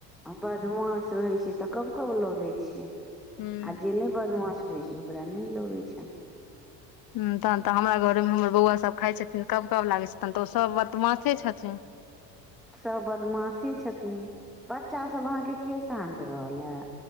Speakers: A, in the centre; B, on the left.
A: आ बदमास रहैत छै तऽ कब कब लगैत छै आ
B: हूँ
A: जे नहि बदमास रहैत छै ओ ओकरा नहि लागैत छनि
B: ह तहन तऽ हमरा घरे मे हमर बौआ सब खाय छथिन कब कब लागै छथिन तऽ ओ सब बदमासे छथिन
A: सभ बदमाशी छथिन बच्चा सभ अहाँके के शान्त रहल हे